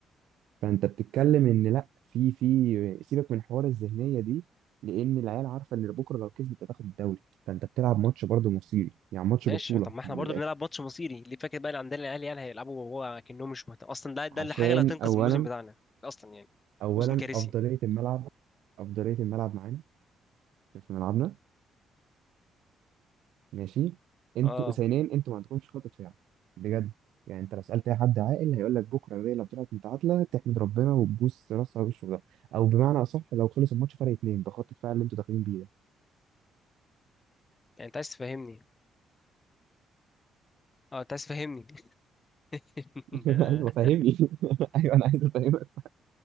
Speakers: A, on the right; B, on the left.
A: فانت بتتكلم ان لا في في سيبك من حوار الذهنيه دي لان العيال عارفه ان بكره لو كسبت هتاخد الدوري فانت بتلعب ماتش برضه مصيري يعني ماتش
B: ماشي
A: بطوله
B: طب ما احنا
A: من
B: برضو
A: الاخر
B: بنلعب ماتش مصيري ليه فاكر بقى اللي عندنا العيال يعني هيلعبوا وهو كأنهم مش مهتم اصلا ده ده
A: عشان
B: الحاجة اللي هتنقذ
A: اولا
B: الموسم بتاعنا اصلا يعني
A: اولا
B: موسم كارثي
A: افضليه الملعب افضليه الملعب معانا في في ملعبنا ماشي انتوا
B: اه
A: اسنان انتوا ما عندكمش خطة فعل بجد يعني انت لو سألت اي حد عاقل هيقول لك بكره الريال لو طلعت متعادله تحمد ربنا وتبوس راسها وشه في ده او بمعنى اصح لو خلص الماتش فرق اتنين بخطة فعل اللي انتوا داخلين بيه ده
B: يعني انت عايز تفهمني اه انت عايز تفهمني <laughs>
A: <laughs>
B: ان آه،
A: ايوه فهمني <laughs> ايوه انا عايز افهمك